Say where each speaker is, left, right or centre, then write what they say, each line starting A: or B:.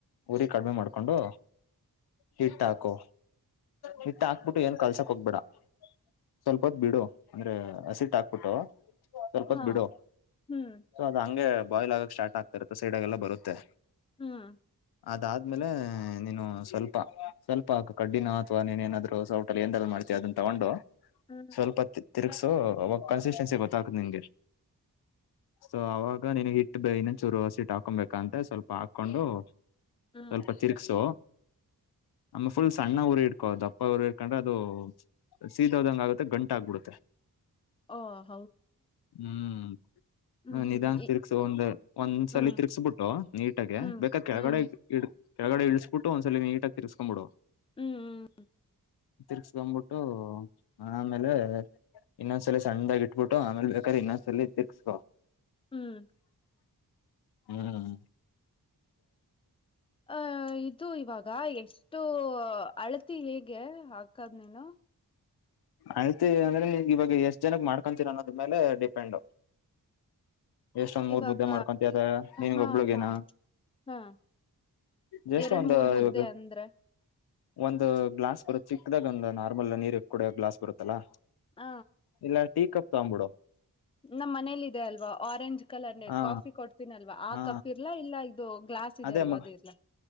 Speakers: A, on the left; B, on the left.
A: ಊರಿ ಕಡಿ್ಮೆ ಮಾಡ್ಕೊಂಡು. ಹಿಟ್ಟ ಹಾಕು ಹಿಟ್ಟ ಹಾಕ್ಬಿಟ್ಟು ಏನ್ ಕಲ್ಸಕ್ ಹೋಗ್ಬಿಡ. ಸೋಲುತ್ತು ಬಿಡು ಅಂದ್ರೆ ಹಸಿಟ್ ಹಾಕ್ಬಿಟ್ಟು ಸ್ವಲ್ಪತ್
B: ಹಾ
A: ಬಿಡು.
B: ಹ್ಮ್
A: ಸೊ ಅದು ಹಂಗೆ ಬಾಯ್ಲ್ ಆಗಕ್ ಸ್ಟಾರ್ಟ್ ಆಗ್ತ ಇರುತ್ತ ಸೈಡಾಗಲ್ಲ ಬರುತ್ತೆ.
B: ಹ್ಮ್
A: ಅದಾದ್ಮೇಲೆ ನೀನು ಸ್ವಲ್ಪ ಸ್ವಲ್ಪ ಕಡ್ಡಿನ ಅಥವಾ ನೀನೇಏನಾದ್ರು ಸೌಟಲ್ಲಿ ಎಂಡಲ್ ಮಾಡ್ತೀ ಅದ. ತಗೊಂಡು
B: ಹ್ಮ್
A: ಸ್ವಲ್ಪ ತಿರ್ಗ್ಸು ಅವಾಗ ಕನ್ಸಿಸ್ಟೆನ್ಸಿ ಗೊತ್ತಾಗ್ತ್ ನಿಂಗೆ. <inaudible> ಸೊ ಅವಾಗ ನೀನ್ ಹಿಟ್ಟು ಇನ್ನಂಚೂರುಿಟ್ು ಹಾಕೊಬೇಕಂತ ಸ್ವಲ್ಪ ಹಾಕೊಂಡು
B: ಹ್ಮ್
A: ಸ್ವಲ್ಪ. ತಿರ್ಗ್ಸು ಆಮೇ ಫುಲ್ ಸಣ್ಣ ಊರಿ ಇಟ್ಕೋ ದಪ್ಪ ಉರಿ ಇಟ್ಕೊಂಡ್ರೆ ಅದು. ಸೀದೋದಂಗ ಆಗುತ್ತ ಗಂಟ ಆಗ್ಬಿಡುತ್ತೆ.
B: ಹ
A: ಹ್ಮ್
B: ಹ್ಮ್
A: ಹ
B: ಹ್ಮ್
A: ನಿಧಾಂಗ ತಿರುಗು ಒಂದ್ ಒಂದ್ ಸಲ
B: ಹ್ಮ್
A: ತಿರ್ಸಬಿಟ್ಟು ನೀಟಾಗೆ
B: ಹ್ಮ್
A: ಬೇಕಾ ಕೆಳಗಡೆ
B: ಹ್ಮ್
A: ಇ. ಕೆಳಗಡೆಳಿಸಸ್ಬಟ್ಟು ಒಂದ್ಸ ನೀ ಆಗಿರ್್ಕೊಂಬಿಡು.
B: ಹ್ಮ್
A: ತಿರ್ಸ್ಕೊ್ಬಿಟ್ಟು ಆಮೇಲೆ. ಇನ್ನೊಂದ್ ಸಲಿ ಸಣ್ಣಾಗಿ ಇಟ್ಬಟ್ಟುಮೇಲೆ ಬೇಕಾದ್ರೆ ಇನ್ನೊಂದ್ಲಲಿ ತಿಕ್ಸ್.
B: ಹ್ಮ್
A: ಹ್ಮ್
B: ಅಹ ಇದು ಇವಾಗ ಎಷ್ಟು ಅಳತಿ ಹೇಗೆ ಹಾಕಾದ್ ನೀೇನು.
A: ಅಳ್ತಿ ಅಂದ್ರೆ ಇವಾಗ ಎಷ್ಟ್ ಜನಕ್ ಮಾಡ್ಕೊಂತೀರ ಅನ್ನೋದ್ಮೇಲೆ ಡಿಪೆಂಡ್. ಹ <inaudible> ಎಷ್ಟೊಂದ್ ಮೂರ್
B: ಇವಾಗ
A: ಮುದ್ದೆ ಮಾಡ್ಕೊಂತತ ನೀನ್ಗ
B: ಹಾ
A: ಒಬ್ಳಗೇನ.
B: ಹಾ ಹಾ
A: ಜ್ಯಷ್ಟ
B: ಎರಡ್
A: ಒಂದ
B: ಮೂರ್ ಮುದ್ದೆ
A: ಇವಾಗ.
B: ಅಂದ್ರೆ
A: ಒಂದು ಗ್ಲಾಸ್ ಬರುತ್ತೆ ಚಿಕ್ಕದಾಗ ಒಂದು ನಾರ್ಮಲ್ ನೀರ್ ಕೂಡ ಗ್ಲಾಸ್ ಬರುತ್ತಲ್ಲಾ.
B: ಹ
A: ಇಲ್ಲ ಟೀ ಕಪ್ ತಗೊ್ಬಿಡು.
B: ನಮ್ಮ್ ಮನೇಲಿ ಇದೆ ಅಲ್ವಾ ಆರೆಂಜ್ ಕಲರ್ ನ
A: ಹಾ
B: ಕಾಫಿ ಕೊಡ್ತೀನಲ್ವಾ ಆ
A: ಹಾ
B: ಕಪ್ ಇರ್ಲಾ ಇಲ್ಲ ಇದು ಗ್ಲಾಸ್. ಇದೆ
A: ಅದೇ
B: ಅಲ್ವಾ
A: ಮ
B: ಅದು ಇರ್ಲಾ